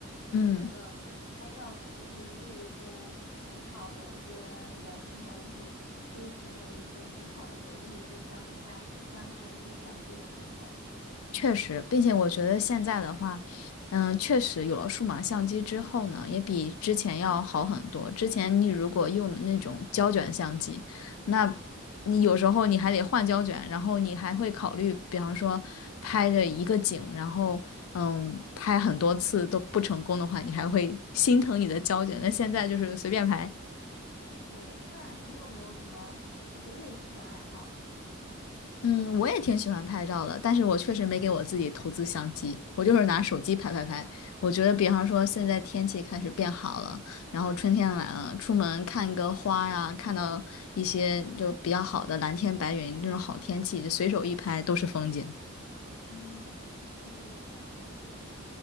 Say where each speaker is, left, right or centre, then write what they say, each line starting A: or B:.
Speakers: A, on the left; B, on the left.
A: 就是觉得拍照其实可以记录一些美好的一些人和物，
B: 嗯。
A: 可以成为一些美好的回忆，就是当你在翻开这些相机的时候，嗯。
B: 确实，并且我觉得现在的话，嗯，确实有了数码相机之后呢，也比之前要好很多。之前你如果用的那种胶卷相机，那你有时候你还得换胶卷，然后你还会考虑，比方说拍着一个景，然后嗯，拍很多次都不成功的话，你还会心疼你的胶卷。那现在就是随便拍，
A: 对，那你有没有什么就是类似的爱好？
B: 嗯，我也挺喜欢拍照的，但是我确实没给我自己投资相机，我就是拿手机拍拍拍。我觉得，比方说现在天气开始变好了，然后春天来了，出门看个花呀，看到一些就比较好的蓝天白云这种好天气，就随手一拍都是风景。
A: 嗯，确实是这样子的。